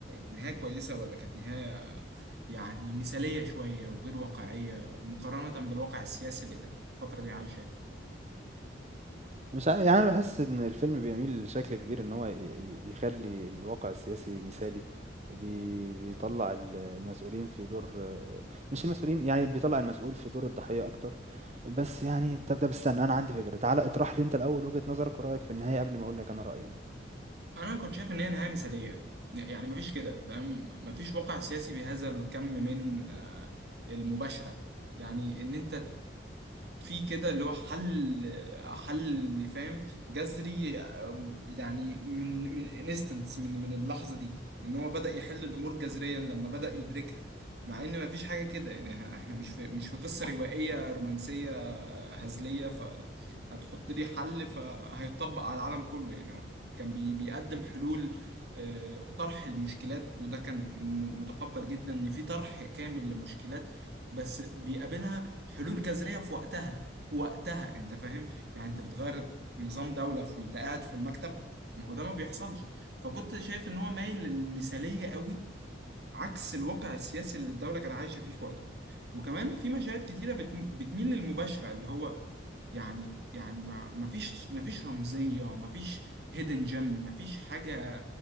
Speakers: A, on the right; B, on the right.
A: نهايه كويسه ولا كانت نهايه يعني مثاليه شويه وغير واقعيه مقارنه بالواقع السياسي اللي كانت الفتره دي عايشه
B: مش عا يعني أنا باحس إن الفيلم بيميل بشكل كبير إن هو ي ي يخلّي الواقع السياسي مثالي، وبي بيطلّع ال المسؤولين في دور مش المسؤولين، يعني بيطلّع المسؤول في دور الضحية أكتر، بس يعني طَب طَب استنى أنا عندي فكرة، تعالَ اطرح لي أنت الأول وجهة نظرك ورأيك في النهاية قبل ما أقول لك أنا رأيي أنا.
A: انا كنت شايف ان هي نهايه مثاليه يعني مفيش كده فاهم مفيش واقع سياسي بهذا الكم من آه، المباشره يعني ان انت في كده اللي هو حل حل اللي فاهم جذري أم، يعني من من انستنس من من اللحظه دي ان هو بدأ يحل الامور جذريا لما بدأ يدركها مع ان مفيش حاجه كده يعني إح- احنا مش في مش في قصه روائيه رومانسيه هزليه فهتحط لي حل فهيطبق على العالم كله يعني هو كان بي بيقدم حلول آه، وطرح المشكلات وده كان م- متقبل جدا ان في طرح كامل لمشكلات بس بيقابلها حلول جذرية في وقتها في وقتها انت فاهم يعني انت بتغير نظام دولة في وانت قاعد في المكتب ما هو ده ما بيحصلش فكنت شايف ان هو مايل للمثالية قوي عكس الواقع السياسي اللي الدولة كانت عايشة فيه في وقتها وكمان في مشاهد كتيرة بتم- بتميل للمباشرة اللي هو يعني يعني ما ما فيش ما فيش رمزية ما فيش هيدن جيم ما فيش حاجة